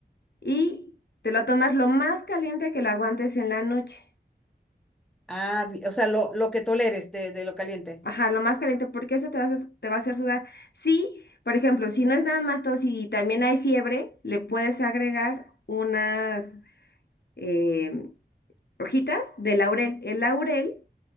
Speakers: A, on the left (about 75°); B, in the centre.
A: y te lo tomas lo más caliente que lo aguantes en la noche.
B: Ah, vi- o sea, lo, lo que toleres de, de lo caliente.
A: Ajá, lo más caliente, porque eso te va a hacer, te va a hacer sudar. Sí, por ejemplo, si no es nada más tos y también hay fiebre, le puedes agregar unas eh, hojitas de laurel. El laurel